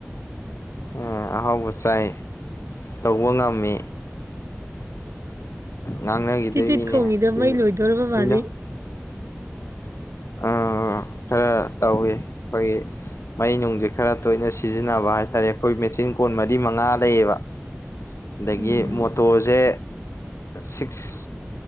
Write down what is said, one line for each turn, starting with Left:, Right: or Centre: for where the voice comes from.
Left: ꯎ ꯑꯍꯥꯎꯕ ꯆꯥꯏ ꯇꯧꯕ ꯉꯝꯃꯤ ꯉꯥꯡꯅꯒꯤꯗꯣꯏ
Right: ꯇꯤꯠ ꯇꯤꯠ
Left: ꯃꯤꯅꯦ
Right: ꯈꯣꯡꯉꯤꯗꯣ
Left: ꯁꯤ
Right: ꯃꯩ ꯂꯣꯏꯗꯣꯔꯕ
Left: ꯃꯤꯅ
Right: ꯃꯥꯜꯂꯤ
Left: ꯑ ꯈꯔ ꯇꯧꯋ ꯑꯩꯈꯣꯏꯒꯤ ꯃꯩ ꯅꯨꯡꯁꯦ ꯈꯔ ꯇꯣꯏꯅ ꯁꯤꯖꯤꯟꯅꯕ ꯍꯥꯏꯇꯥꯔꯦ ꯑꯩꯈꯣꯏ ꯃꯦꯆꯤꯟ ꯀꯣꯟ ꯃꯔꯤ ꯃꯉꯥ ꯂꯩꯌꯦꯕ ꯑꯗꯒꯤ
Right: ꯎꯝ
Left: ꯃꯣꯇꯣꯔꯁꯦ ꯁꯤꯛꯁ